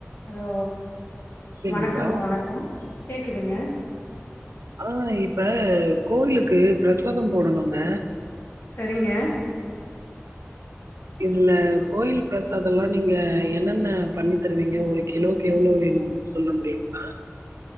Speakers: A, on the left; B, on the right.
A: Hello
B: கேக்குதுங்களா?
A: வணக்கங்க வணக்கோ கேகுதுங்க
B: ஆ இப்ப கோயிலுக்கு ப்ரசாத போடணுங்க
A: சரிங்க
B: இதுல கோயில் பிரசாதலா நீங்க என்னென்ன பண்ணி தருவீங்க ஒரு கிலோக்கு எவ்ளோ வேணு சொல்ல முடியுங்ளா